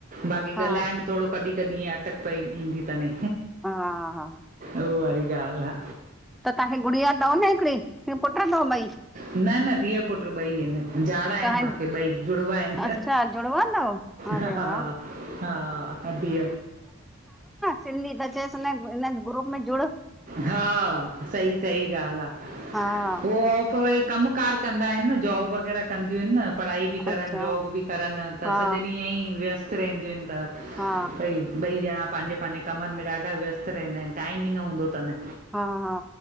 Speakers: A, on the right; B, in the centre.
A: बाकी
B: आ,
A: ॻाल्हाण में थोड़ो कॾी कॾी ईयं अटक पई ईंदीतन
B: हा हा
A: उव वारी ॻाल्ह आ
B: त तहांखे गुड़िया तव न हिकड़ी कि पुट्र तव ॿई
A: न न धीअ पुट्र ॿई हिंन जाड़ा आहिन
B: तव्हां
A: मांखे ॿई जुड़वा आहिन
B: अच्छा जुड़वा अथव? अरे
A: हा हा
B: वाह
A: हा अदी
B: सिन्धी संस्था समाज हिंन ग्रुप में जुड़ो
A: हा सही सहीं ॻाल्ह आ
B: हा
A: पो वरी कमकार कंदा आहिंन जॉब वग़ैरह कंदयुइंन न पढ़ाई बि करन
B: अच्छा
A: जॉब बि करन त
B: हा
A: सॼो ॾींहु इंयई व्यस्त रहंदियु त
B: हा
A: ॿई ॿई ॼणा पांजे पांजे कमन में ॾाढ़ा व्यस्त रहंदा आहिंन टाइम ई न हुंदो तन
B: हां हा